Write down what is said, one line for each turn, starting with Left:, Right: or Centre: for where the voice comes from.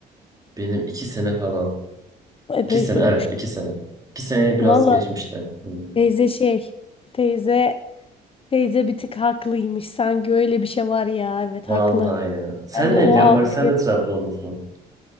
Right: Benim iki sene falan.
Left: Epey
Right: İki sene
Left: sürmüş.
Right: evet iki sene. İki seneye biraz
Left: Valla
Right: geçmişti. Hmm.
Left: teyze şey. Teyze teyze bir tık haklıymış. Sanki öyle bir şey var ya. Evet
Right: Vallahi
Left: haklı.
Right: ya. Sen
Left: Ben de
Right: ne
Left: o
Right: diyorsun?
Left: algı.
Right: Bak sen de Trabzonlusun.